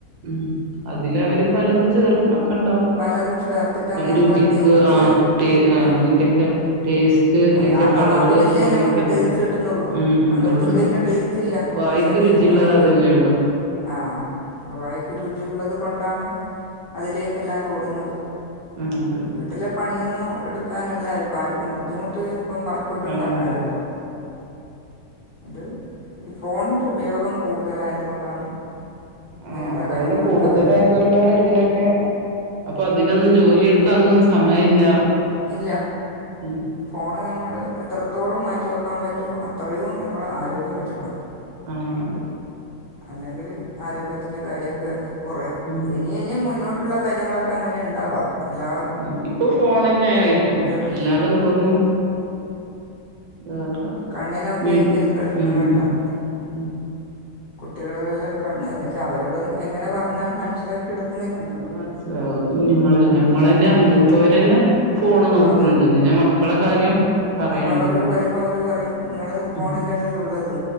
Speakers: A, on the right; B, on the left.
A: ഉം അതില് അവര് പലതും ചേർക്കണൊക്കെ ഇണ്ടാവും
B: പലതും ചേർത്തിട്ടാണ് നമ്മൾ
A: രുചിക്ക്
B: ആ ടേസ്റ്റ്
A: ആ അതിന്റൊക്കെ
B: ഉം.
A: ടേസ്റ്റ്
B: അതാ
A: അതിന്റെ
B: നാവിനല്ലേ
A: കളർ അങ്ങനെയൊക്കെല്ലേ
B: നമുക്ക് ടേസ്റ്റ് കിട്ടുന്നുള്ളൂ
A: ഉം ഉം
B: അങ്ങ്
A: ഉള്ളു
B: എത്തിക്കഴിഞ്ഞാൽ ടേസ്റ്റ് ഇല്ല
A: വായക്ക്
B: പക്ഷെ അത്
A: രുചിയുള്ളത്
B: നമുക്ക്
A: അതല്ലേ ഉള്ളു
B: ആ വായക്ക് രുചിയള്ളത് കൊണ്ടാണ് അതിലേക്ക് എല്ലാരും ഓടുന്നത്
A: ആഹ് അതെ
B: വീട്ടിലെ പണിയൊന്നും എടുക്കാനല്ല ഇപ്പ ആര്ക്കും ബുദ്ധിമുട്ട് ഇപ്പം ഫുഡ്
A: ആ
B: ഇണ്ടാക്കാനണല്ലോ
A: അതെ
B: അത് ഈ ഫോണിന്റെ ഉപയോഗം കൂടുതലായത് കൊണ്ടാണ് ഇങ്ങനെയുള്ള
A: ആഹ് അതുകൊണ്ട്
B: കാര്യങ്ങളൊക്കെ
A: കൂടുതലായതുകൊണ്ടാണ്
B: വരുന്നത്
A: ഇതിനൊക്കെ അപ്പൊ അതിനൊന്നും ജോലി എടുക്കാനൊന്നും സമയല്ല
B: ഇല്ലാ
A: ഉം
B: ഫോണ് നമ്മള് എത്രത്തോളം മാറ്റിവെക്കാൻ പറ്റൊ അത്രയും നമ്മളെ ആരോഗ്യം മെച്ചപ്പെടും.
A: ആഹ് അതെ
B: അല്ലെങ്കിൽ ആരോഗ്യത്തിന്റെ കാര്യൊക്കെ കുറേ
A: ഉം
B: ഇനി ഇനി മുന്നോട്ടുള്ള കാര്യങ്ങളൊക്കെ അങ്ങനെ ഉണ്ടാവ എല്ലാവ
A: ഉം ഇപ്പൊ ഫോണന്നെ ആയിരിക്കും
B: പ്രശ്നം
A: അല്ലാതെ ഇപ്പന്നും വേറെ
B: കണ്ണിനൊക്കൊയിരിക്കും
A: വീ
B: പ്രശ്നങ്ങൾണ്ടാവ
A: ഉം ഉം ഉം
B: കുട്ടികളെല്ലാം കണ്ണ് പക്ഷെ അവരോട് എങ്ങനെ പറഞ്ഞാലും മനസ്സിലാക്കി എടുക്കുന്നില്ല
A: അത് മനസ്സിലാവും കുഞ്ഞുങ്ങളല്ലേ ഞമ്മൾ തന്നെ മൂത്തോര്ന്നെ ഫോണ് നോക്ക്‌ണ്
B: അതെ
A: ണ്ട് പിന്നെ മക്കളെ കാര്യം പറയണ്ടല്ലോ
B: അപ്പോൾ അവരോട് പറയുമ്പോൾ അവർ പറയും നിങ്ങൾ ഫോണിൻ്റെ
A: ഉം
B: ഉള്ളിൽ ഉള്ളത്